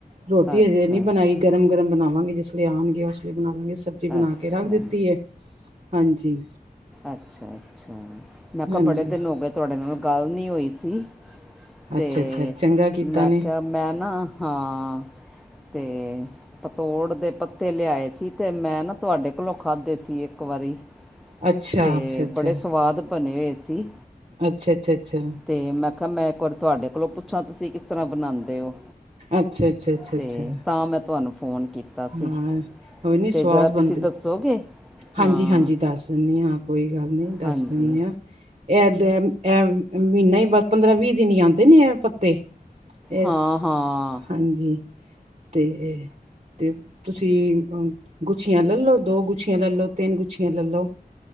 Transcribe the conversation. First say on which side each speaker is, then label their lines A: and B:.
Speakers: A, on the right (about 45°); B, in the centre.
A: ਰੋਟੀ
B: ਅੱਛਾ
A: ਅਜੇ ਨਹੀਂ ਬਣਾਈ, ਗਰਮ-ਗਰਮ ਬਣਾਵਾਂਗੇ ਜਿਸ ਲਈਲੇ ਆਉਣਗੇ ਉਸ ਲਈ ਬਣਾ ਲਵਾਂਗੇ ਸ। ੀ ਬਣਾ
B: ਅੱਛਾ
A: ਕੇ ਰੱਖ ਦਿੱਤੀ ਹੈ, ਹਾਂਜੀ।
B: ਅੱਛਾ ਅੱਛਾ, ਮੈਂ
A: ਹਾਂਜੀ
B: ਕਿਹਾ, ਬੜੇ ਦਿਨ ਹੋ ਗਏ ਤੁਹਾਡੇ ਨਾਲ ਗੱਲ ਨਹੀਂ ਹੋਈ ਸੀ। ਤੇ,
A: ਅੱਛਾ ਅੱਛਾ ਚੰਗਾ ਕੀਤਾ
B: ਮੈਂ
A: ਨੇ
B: ਕਿਹਾਿਆ ਮੈਂ ਨਾਹਾਂ ਤੇ ਪਤੋੜ ਦੇ ਪੱਤੇ ਲਿਆਏ ਸੀ ਤੇ ਮੈਂ ਨਾ, ਤੁਹਾਡੇ ਕੋਲੋਂ ਖਾਧੇ ਸੀ ਇੱਕ ਵਾਰੀ।
A: ਅੱਛਾ,
B: ਤੇ
A: ਅੱਛਾ, ਅੱਛਾ,
B: ਬੜੇ ਸਵਾਦ ਬਣੇ ਹੋਏ ਸੀ।
A: ਅੱਛਾ, ਅੱਛਾ, ਅੱਛਾ।
B: ਤੇ ਮੈਂ ਕਿਹਾ, ਮੈਂ ਇੱਕ ਵਾਰੀ ਤੁਹਾਡੇ ਕੋਲੋਂ ਪੁੱਛਾਂ, ਤੁਸੀਂ ਕਿਸ ਤਰ੍ਹਾਂ ਬਣਾਉਂਦੇ ਹੋ?
A: ਅੱਛਾ, ਅੱਛਾ, ਅੱਛਾ,
B: ਤੇ
A: ਅੱਛਾ
B: ਤਾਂ ਮੈਂ ਤੁਹਾਨੂੰ ਫੋਨ ਕੀਤਾ ਸੀ
A: ਹਾਂ, ਉਹ ਨੀ ਸਵਾਦ
B: ਤੇ ਜਰਾ
A: ਬਣਦੇ।
B: ਤੁਸੀਂ ਦੱਸੋਗੇ ਹਾਂ
A: ਹਾਂਜੀ-ਹਾਂਜੀ, ਦੱਸ ਦਿੰਦੀ ਹਾਂ। ਕੋਈ ਗੱਲ ਨਹੀਂ, ਦੱਸ
B: ਹਾਂਜੀ
A: ਦਿੰਦੇ ਹਾਂ। ਅਅ ਅਮ ਇਹ ਮਹੀਨਾ ਹੀ, ਬਸ ਪੰਦਰਾਂ-ਵੀਹ ਦਿਨ ਹੀ ਆਉਂਦੇ ਨੇ ਇਹ ਪੱਤੇ। ਇਹ
B: ਹਾਂ ਹਾਂ।
A: ਹਾਂਜੀ। ਤੇ ਤੇ ਤੁਸੀਂ ਗੁੱਛੀਆਂ ਲੈ ਲਓ ਦੋ ਗੁੱਛੀਆਂ ਲੈ ਲਓ, ਤਿੰਨ ਗੁੱਛੀਆਂ ਲੈ ਲਓ।